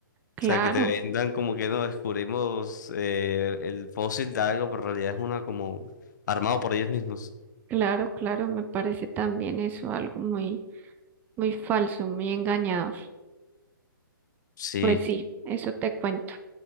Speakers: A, on the right; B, on the left.
A: claro,
B: sea, que te vendan como que no descubrimos eh, el fósil de algo, pero en realidad es una como armado por ellos mismos.
A: claro, claro, me parece también eso algo muy, muy falso, muy engañador.
B: Sí.
A: Pues sí, eso te cuento.